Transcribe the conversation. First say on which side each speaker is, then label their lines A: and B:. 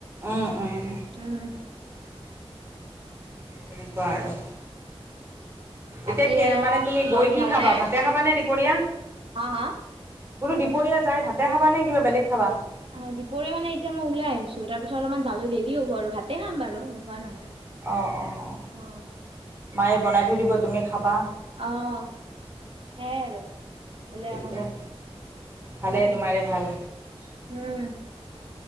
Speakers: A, on the right; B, on the right.
A: উম, উম,
B: উম।
A: তেনেকুৱা আৰু
B: বাকী
A: এতিয়া কি
B: আ
A: মানে তুমি
B: ঘৰত
A: গৈ কি
B: ভালনে
A: খাবা ভাত দেখাবানে দুপৰীয়া?
B: হা হা।
A: বোলো দুপৰীয়া যায় ভাতে খাবা নে কিবা বেলেগ খাবা?
B: অ দীপৰিয় মানে এতিয়া মই ওলাই আহিছো, তাৰ পিছত অলপমান যাওঁলে দেৰি হ'ব আৰু ভাতে খাম বাৰু নোখোৱা নহয়।
A: অঁ অঁ।
B: অ',
A: মায়ে বনাই থৈ দিব তুমি খাবা।
B: অ সেই আৰু। বেলেগ
A: থিকেই,
B: একো নাই
A: ভালেই
B: উম,
A: তোমাৰে ভাল।
B: উম।